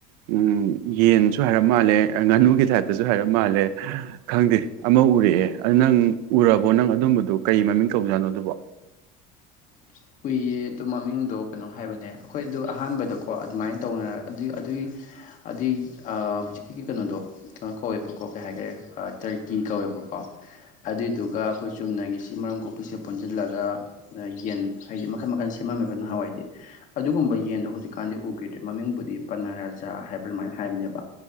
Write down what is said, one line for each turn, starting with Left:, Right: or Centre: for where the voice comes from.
Right: ꯎꯝ ꯌꯦꯟꯁꯨ ꯍꯥꯏꯔꯞ ꯃꯥꯜꯂꯦ ꯉꯥꯅꯨꯒꯤ ꯇꯥꯏꯞꯇꯁꯨ ꯍꯥꯏꯔꯞ ꯃꯥꯜꯂꯦ ꯈꯪꯗꯦ ꯑꯃ ꯎꯔꯛꯑꯦ ꯑꯗꯨ ꯅꯪ ꯎꯔꯕꯣ ꯅꯪ ꯑꯗꯨꯝꯕꯗꯨꯣ ꯀꯩ ꯃꯃꯤꯡ ꯇꯧꯖꯥꯠꯅꯣ ꯑꯗꯨꯕꯣ
Left: <unintelligible> <inaudible> ꯎꯨꯏꯌꯦ ꯑꯗꯨ ꯃꯃꯤꯡꯗꯣ ꯀꯩꯅꯣ ꯍꯥꯏꯕꯅꯦ ꯑꯩꯈꯣꯏ ꯑꯗꯨ ꯑꯍꯥꯟꯕꯗꯀꯣ ꯑꯗꯨꯃꯥꯏꯅ ꯇꯧꯅꯔ ꯑꯗꯨꯏ ꯑꯗꯨꯒꯤ ꯑꯗꯨꯩ ꯍꯧꯖꯤꯛꯀꯤ ꯀꯩꯅꯣꯗꯣ ꯀꯩꯅꯣ ꯀꯧꯋꯦꯕꯀꯣ ꯀꯩ ꯍꯥꯏꯈꯔꯦ ꯇꯔꯀꯤ ꯀꯧꯋꯦꯕ ꯀꯣ ꯑꯗꯨꯏꯗꯨꯒ ꯑꯩꯈꯣꯏ ꯆꯨꯝꯅꯒꯤꯁꯤ ꯃꯔꯝ ꯀꯣꯛꯄꯤꯁꯦ ꯄꯨꯟꯁꯤꯜꯂꯒ ꯌꯦꯟ ꯍꯥꯏꯗꯤ ꯃꯈꯜ ꯃꯈꯜ ꯁꯦꯝꯃꯝꯃꯦꯕ ꯅꯍꯥꯟꯋꯥꯏꯗꯤ ꯑꯗꯨꯒꯨꯝꯕ ꯌꯦꯟꯗꯣ ꯍꯧꯖꯤꯛꯀꯥꯟꯗꯤ ꯎꯈꯤꯗ꯭ꯔꯦ ꯃꯃꯤꯡꯕꯨꯗꯤ ꯄꯅꯥꯔꯥꯖ ꯍꯥꯏꯕ ꯑꯗꯨꯃꯅ ꯍꯥꯏꯕꯅꯦꯕ